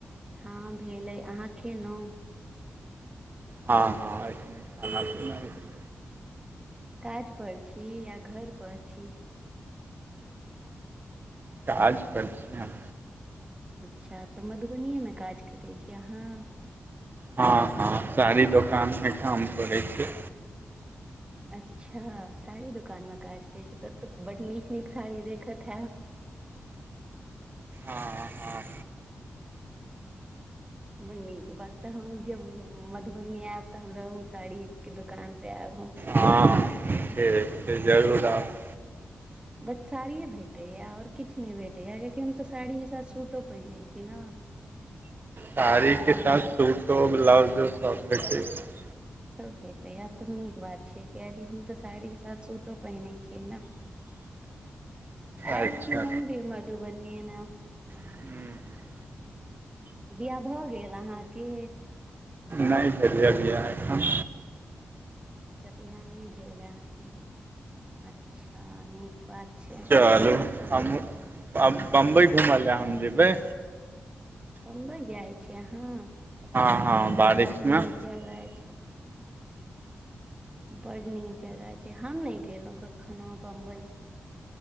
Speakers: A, on the right; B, on the right.
A: हँ भेलै अहाँ खेलो
B: हँ हँ <unintelligible>
A: काज करें छी या घर पर छी
B: काज पर छियै हम
A: अच्छा तऽ मधुबनिए मे काज करैत छी अहाँ
B: हँ हँ सारी दुोकान मे काम करे छ
A: अच्छा साड़ी दुकान में काज कर छी ते बड नीक नीक साड़ी र कथा
B: हँ हँ
A: बड़ नीक बात तऽ हम जब मधुबनी आयब तऽ हमरा साड़ी के दुकान पे आयब हम
B: हँ ठीक छै जरूर आब
A: <inaudible> बस साड़िये भेटैया आओर किछु नय भेटैया कियाकि हम तऽ साड़ीक के साथ सूटो पहिरैत छी न
B: साड़ी के साथ सूटो ब्लाउजो सब बठे छै
A: सब भटेइ या तऽ नीक बात छीयै कियकि हम तऽ साड़ीके साथ सूटो पहिनै छियै न आयल
B: अच्छा
A: छी हम भी मधुबनी एने
B: हूँ
A: बिआाह भऽ गेल अहाँके
B: नौ भजय बिहा एखन
A: अच्छा बिहा नौ भेल अहाके अच्छा नीक बात छै
B: चलू हम बम्बइ घुमऽ लए हम जेबै
A: बम्बई जाइ छी यहाँ
B: हँ हँ बारिशमे
A: बड नीक
B: हँ
A: जगह छै बड नीक जगह छै हम नय गेलहुं कखनो बम्बे